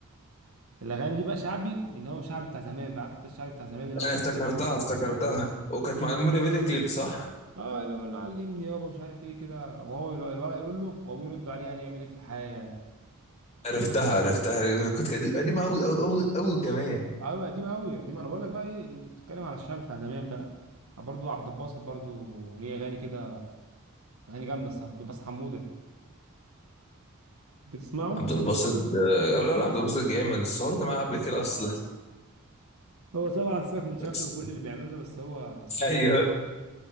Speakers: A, on the right; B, on the left.
A: الاغاني دي بقى شعبي ان هو شعبي بتاع زمان بقى عارف انت الشعبي بتاع زمان اللي هو
B: انا
A: في
B: افتكرتها
A: القديمه
B: افتكرتها وكانت معموله فيديو كليب صح
A: اه اللي هو اللي علمني يابا مش عارف ايه كده وهو الو- الولد يقول له وابوه يرد عليه يعني يعمل ايه في الحياه يعني
B: عرفتها عرفتها كنت قدي- قديمه قوي قوي قوي قوي كمان
A: قوي قديم قوي قديم انا بقول لك بقى ايه اللي انت بتتكلم على الشعب بتاع زمان بقى برضو عبد الباسط برضو ليه اغاني كده اغاني جامده الصراحه عبد الباسط حموده بتسمعه
B: عبد الباسط آه، لا لا عبد الباسط جامد صورت معاه قبل كده اصلا
A: هو طبعا سيبك من شكله
B: <laughs>
A: وكل اللي بيعمله ده بس هو صوته
B: ايوه
A: حلو